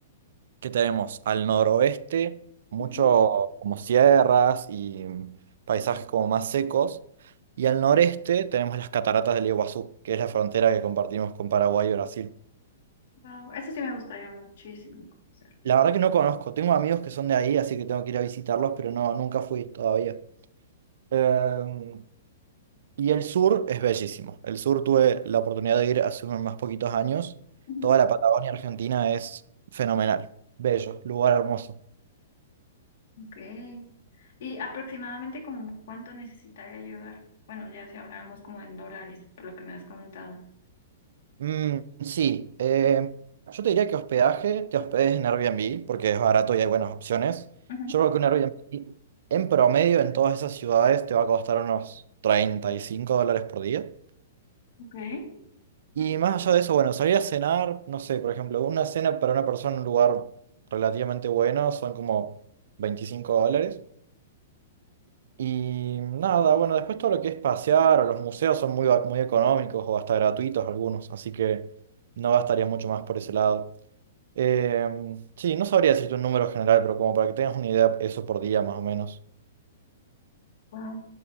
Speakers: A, on the right; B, on the left.
A: que tenemos al noroeste, mucho
B: ujú.
A: como sierras y mm, paisajes como más secos, y al noreste tenemos las cataratas del Iguazú, que es la frontera que compartimos con Paraguay y Brasil.
B: Wow, eso sí me gustaría muchísimo conocerlo.
A: La verdad que no conozco, tengo amigos que son de ahí, así que tengo que ir a visitarlos, pero no, nunca fui todavía. Eh, y el sur es bellísimo. El sur tuve la oportunidad de ir hace unos más poquitos años.
B: Ujú.
A: Toda la Patagonia Argentina es fenomenal, bello, lugar hermoso.
B: Okay. ¿Y aproximadamente como cuánto necesitaría llevar? Bueno, ya si hablábamos como en dólares, por lo que me has contado.
A: Mm, sí, eh, yo te diría que hospedaje, te hospedes en Airbnb porque es barato y hay buenas opciones.
B: Ujú,
A: Yo creo que un Airbnb en promedio en todas esas ciudades te va a costar unos 35 dólares por día.
B: Okay.
A: Y más allá de eso, bueno, salir a cenar, no sé, por ejemplo, una cena para una persona en un lugar relativamente bueno son como 25 dólares. Y nada, bueno, después todo lo que es pasear o los museos son muy, ba- muy económicos o hasta gratuitos algunos, así que no gastaría mucho más por ese lado. Em, sí, no sabría decirte un número general, pero como para que tengas una idea, eso por día más o menos.
B: Wow,